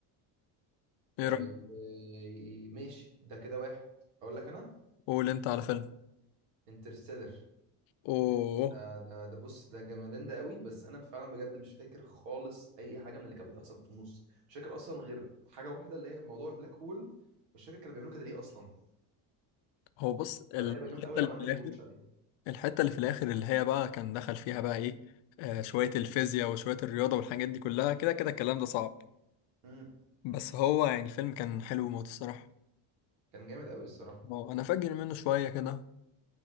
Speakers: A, on the left (about 70°); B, on the right (about 85°).
A: ايه
B: طيب
A: رأيك
B: آه، ماشي ده كده واحد اقول لك انا
A: قول انت على فيلم
B: انترستيلر
A: اوه
B: ده ده ده بص ده جمالين ده قوي بس انا فعلا بجد مش فاكر خالص اي حاجه من اللي كانت بتحصل في النص مش فاكر اصلا غير حاجه واحده اللي هي موضوع البلاك هول مش فاكر كانوا بيعملوا كده ليه اصلا
A: هو بص الحتة
B: فده هيبقى جامد قوي لو
A: اللي
B: عملنا
A: في
B: ري واتش
A: الاخر
B: عليه
A: الحتة اللي في الاخر اللي هي بقى كان دخل فيها بقى ايه آه شوية الفيزياء وشوية الرياضة والحاجات دي كلها كده كده الكلام ده صعب
B: مم.
A: بس هو يعني الفيلم كان حلو موت الصراحة
B: كان جامد قوي الصراحه
A: اه انا فاكر منه شويه كده